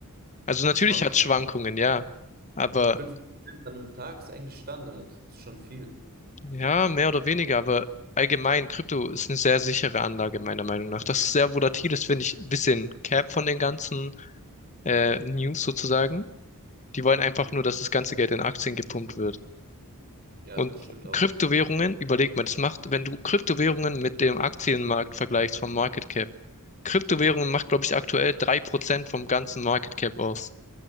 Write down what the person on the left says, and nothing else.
Also natürlich
hat es Schwankungen, ja. Aber
ja, mehr oder weniger, aber allgemein, Krypto ist eine sehr sichere Anlage, meiner Meinung nach. Das ist sehr volatil ist, finde ich ein bisschen cap von den ganzen äh, News sozusagen. Die wollen einfach
nur, dass das ganze Geld in Aktien gepumpt wird.
Und
Kryptowährungen, überleg mal, das macht, wenn du Kryptowährungen mit dem Aktienmarkt vergleichst vom Market Cap. Kryptowährungen macht, glaube ich, aktuell 3% vom ganzen Market Cap aus.